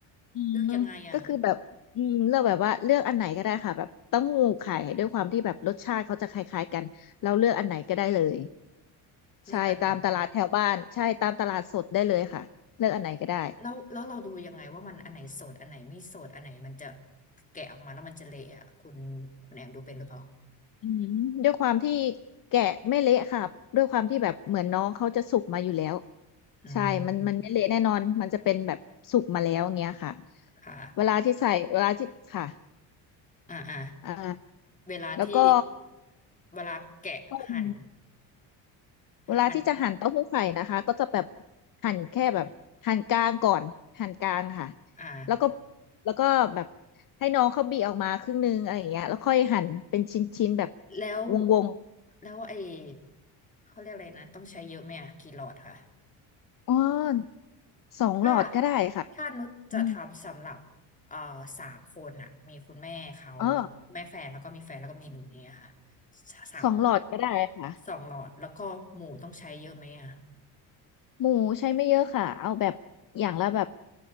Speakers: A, on the left (about 45°); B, on the left (about 15°).
A: อืมก็คือแบบอืมเลือกแบบว่าเลือกอันไหนก็ได้ค่ะแบบเต้าหู้ไข่ด้วยความที่แบบรสชาติเขาจะคล้ายๆกันเราเลือกอันไหนก็ได้เลย
B: เลือกยังไงอะเลือกอันไหนไม่ได้เลย
A: ใช่ตามตลาดแถวบ้านใช่ตามตลาดสดได้เลยค่ะเลือกอันไหนก็ได้
B: แล้วแล้วเราดูยังไงว่ามันอันไหนสดอันไหนไม่สดอันไหนมันจะแกะออกมาแล้วมันจะเละอะคุณคุณแอมดูเป็นหรือเปล่า
A: อืมด้วยความที่แกะไม่เละค่ะด้วยความที่แบบเหมือนน้องเขาจะสุกมาอยู่แล้ว
B: อืม
A: ใช่ มันมันไม่เละแน่นอนมันจะเป็นแบบสุกมาแล้วอย่างเงี้ยค่ะ
B: ค่ะ
A: เวลาที่ใส่เวลาที่ค่ะ
B: อ่าอ่า
A: อ่า
B: เวลาที่
A: แล้วก็
B: เวลาแกะหั่น
A: ต้มเวลาที่จะหั่นเต้าหู้ไข่นะคะก็จะแบบ
B: หั่น
A: หั่นแค่แบบหั่นกลางก่อนหั่นกลางค่ะ
B: อ่า
A: แล้วก็แล้วก็แบบให้น้องเขาบีออกมาครึ่งนึงอะไรอย่างเงี้ยแล้วค่อยหั่นเป็นชิ้นๆแบบ
B: แล้ว
A: วง
B: แล้วไอ้เขาเรียกอะไรนะต้องใช้เยอะไหมอ่ะกี่หลอดค่ะ
A: ๆอ้อนสองหลอดก็ได้ค่ะ
B: ถ้าถ้านุชจะทำสำหรับเอ่อสามคนอะมีคุณแม่เขา
A: อืมอ๋อ
B: แม่แฟนแล้วก็มีแฟนแล้วก็มีหนูเนี่ยค่ะสาม
A: สองหลอดก็ได้ค่ะ
B: สองหลอดแล้วก็หมูต้องใช้เยอะไหมอะ
A: หมูใช้ไม่เยอะค่ะเอาแบบอย่างละแบบ